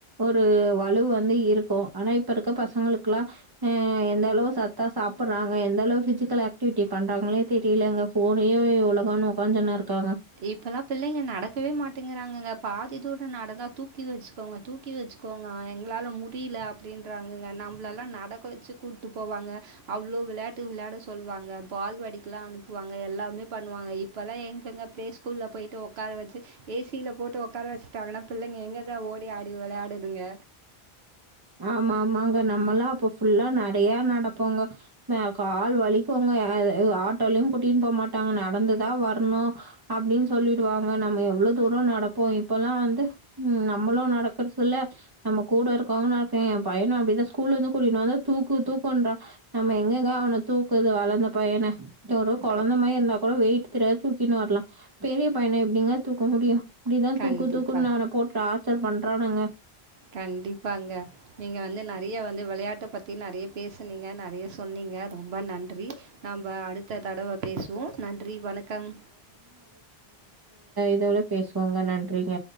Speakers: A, on the right; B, on the right.
A: ஒரு வலு வந்து இருக்கும் ஆனா இப்ப இருக்க பசங்கலுக்கெல்லாம் ஆஹ் எந்த அளவு சத்தா சாப்பிடுறாங்க எந்த அளவு பிசிக்கல் ஆக்டிவிட்டி பண்றாங்களே தெரியலங்க ஃபோனயே உலகம்னு உட்காந்துன்னு இருக்காங்க
B: இப்பல்லாம் பிள்ளைங்க நடக்கவே மாட்டேங்காங்க இந்த பா பாதித்தோடு நடந்தால் தூக்கி வச்சுக்கோங்க தூக்கி வச்சுக்கோங்க எங்களால் முடியல அப்படின்றாங்கங்க நம்மளெல்லாம் நடக்க வச்சு கூப்பிட்டு போவாங்க அவ்வளோ விளையாட்டு விளையாட சொல்லவாங்க பால் வாடிக்கெலாம் அனுப்புவாங்க எல்லாமே பண்ணுவாங்க இப்போல்லாம் எங்கெங்கே பிளே ஸ்கூல்ல போயிட்டு உடக்கார வச்சு ஏசியில போட்டு உட்கார வச்சுட்டாங்கன்னா பிள்ளைங்க எங்கதான் ஓடி ஆடி விளையாடுதுங்க
A: ஆமா ஆமாங்க நம்மலாம் அப்ப ஃபுல்லா நிறையா நடப்போங்க கால் வலிக்கும்வங்க ஆட்டோலும் கூட்டிட்டுனு போக மாட்டாங்க நடந்துதா வரணும் அப்படின்னு சொல்லிடுவாங்க நம்ம எவ்வளோ தூரம் நடப்போம் இப்பல்லாம் வந்து நம்மளும் நடக்கறது இல்ல நம்ம கூட இருக்கவங்க என் பையன்அப்படிதான் ஸ்கூல்ல வந்து கூட்டிட்டு வந்தும் தூக்கு தூக்குன்றான் நம்ம எங்கெங்க ஆனும் தூக்குது வளர்ந்த பையனை இது ஒரு கொழந்த
B: க
A: மாதிரி இருந்தா கூட வெயிட் ஒன்னும் தெரியாது தூக்கின்னு வரலாம் பெரிய பையன எப்படிங்க தூக்க முடியும் அப்படிதான்
B: கண்டிப்பாக
A: தூக்கு தூக்குனு அவன போட்டு ஆ டாச்சர் பண்றானங்க
B: கண்டிப்பாங்க நீங்க வந்து நிறைய வந்து விளையாட்ட பத்தி நிறைய பேசுனீங்க நிறைய சொன்னீங்க ரொம்ப நன்றி நம்ப அடுத்த தடவ பேசுவோம் நன்றி வணக்கம்
A: இதவிட பேசுவோங்க நன்றிங்க